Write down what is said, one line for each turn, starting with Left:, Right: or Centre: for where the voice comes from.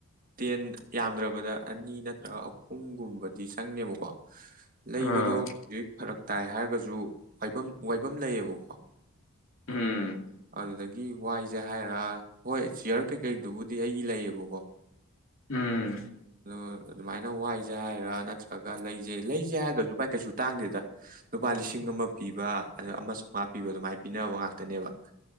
Right: ꯇꯦꯟ ꯌꯥꯝꯗ꯭ꯔꯕꯗ ꯑꯅꯤ ꯅꯠꯇ꯭ꯔꯒ ꯑꯍꯨꯝꯒꯨꯝꯕꯗꯤ ꯆꯪꯉꯦꯕꯀꯣ
Left: ꯑ
Right: ꯂꯩꯕꯗꯣ ꯍꯧꯖꯤꯛ ꯐꯔꯛ ꯇꯥꯏ ꯍꯥꯏꯔꯒꯁꯨ ꯋꯥꯏꯕꯝ ꯋꯥꯏꯐꯝ ꯂꯩꯌꯦꯕꯀꯣ
Left: ꯎꯝ
Right: ꯑꯗꯨꯗꯒꯤ ꯋꯥꯏꯁꯦ ꯍꯥꯏꯔ ꯍꯣꯏ ꯆꯤꯌꯔ ꯀꯩꯀꯩꯗꯨꯕꯨꯗꯤ ꯑꯩꯒꯤ ꯂꯩꯌꯦꯕꯀꯣ
Left: ꯎꯝ
Right: ꯑꯗꯣ ꯑꯗꯨꯃꯥꯏꯅ ꯋꯥꯏꯁꯦ ꯍꯥꯏꯔ ꯅꯠꯇ꯭ꯔꯒ ꯂꯩꯁꯦ ꯂꯩꯁꯦ ꯍꯥꯏꯗꯁꯨꯚꯥꯏ ꯀꯩꯁꯨ ꯇꯥꯡꯗꯦꯗ ꯂꯨꯄꯥ ꯂꯤꯁꯤꯡ ꯑꯃ ꯄꯤꯕ ꯑ ꯑꯃ ꯆꯧꯉꯥ ꯄꯤꯅꯕ ꯑꯗꯨꯃꯥꯏꯅ ꯄꯤꯅꯕ ꯉꯥꯛꯇꯅꯦꯕ